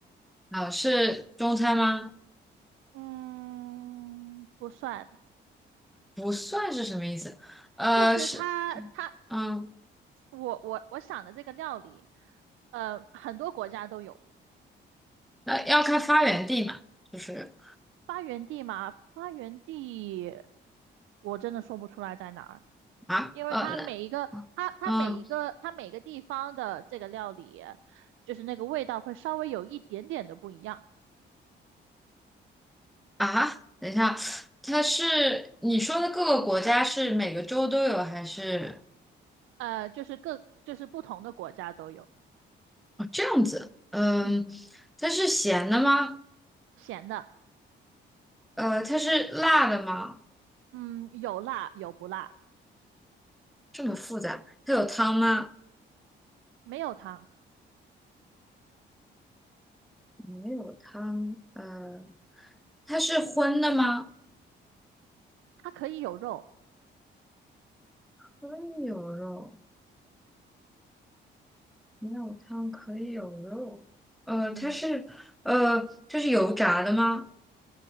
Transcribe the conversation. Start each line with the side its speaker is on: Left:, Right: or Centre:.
Centre: 好，是中餐吗？
Right: 嗯，不算，
Centre: 不算是什么意思？呃，
Right: 就是它，
Centre: 是，
Right: 它，
Centre: 嗯，
Right: 我我我想的这个料理，呃，很多国家都有。
Centre: 那要看发源地嘛，就是
Right: 发源地嘛，发源地，我真的说不出来在哪儿，
Centre: 啊，
Right: 因为它每一个，
Centre: 呃，那，
Right: 它它每一个，
Centre: 嗯，
Right: 它每个地方的这个料理，就是那个味道会稍微有一点点的不一样。
Centre: 啊，等一下，它是你说的各个国家是每个州都有还是
Right: 呃，就是各就是不同的国家都有，
Centre: 哦这样子？嗯，
Right: 嗯，
Centre: 它是咸的吗？
Right: 咸的，
Centre: 呃，它是辣的吗？
Right: 嗯，有辣有不辣，
Centre: 这么复杂，它有汤吗？
Right: 没有汤，
Centre: 没有汤，呃，它是荤的吗？
Right: 它可以有肉，
Centre: 荤有肉。没有汤可以有肉，呃，
Right: 嗯
Centre: 它是呃，它是油炸的吗？